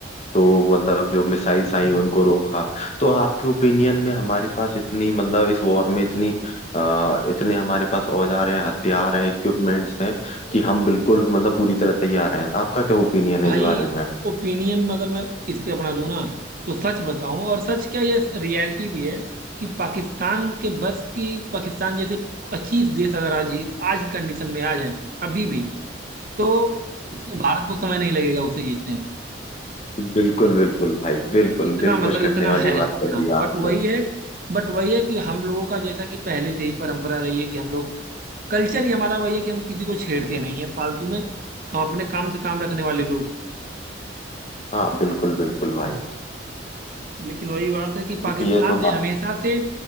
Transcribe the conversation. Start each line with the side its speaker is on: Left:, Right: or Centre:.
Left: तो मतलब जो मिसाइल्स आई उनको रोका तो आपके ओपिनियन में हमारे पास इतनी मतलब इस वॉर में इतनी आ, इतने हमारे पास औजार हैं हथियार हैं इक्विपमेंट्स हैं कि हम बिल्कुल मतलब पूरी तरह तैयार हैं आपका क्या ओपिनियन
Right: भाई
Left: है इस बारे में
Right: ओपिनियन अगर मैं इस पे अपना दूं ना तो सच बताऊं और सच क्या ये रियलिटी भी है कि पाकिस्तान के बस की पाकिस्तान जैसे पच्चीस देश अगर आज ही आज की कंडीशन में आ जाए अभी भी तो उस भारत को समय नहीं लगेगा उसे जीतने में
Left: बिल्कुल बिल्कुल भाई बिल्कुल
Right: इतना
Left: दिल
Right: मतलब
Left: खुश
Right: इतना
Left: करने वाली
Right: है
Left: बात
Right: अपना
Left: कर दी
Right: बट
Left: आपने
Right: वही है बट वही है कि हम लोगों का जैसा कि पहले से ही परंपरा रही है कि हम लोग कल्चर ही हमारा वही है कि हम किसी को छेड़ते नहीं है फालतू में हम अपने काम से काम रखने वाले लोग हैं
Left: हाँ बिल्कुल बिल्कुल भाई
Right: लेकिन वही बात है कि पाकिस्तान
Left: ये तो बात
Right: ने हमेशा से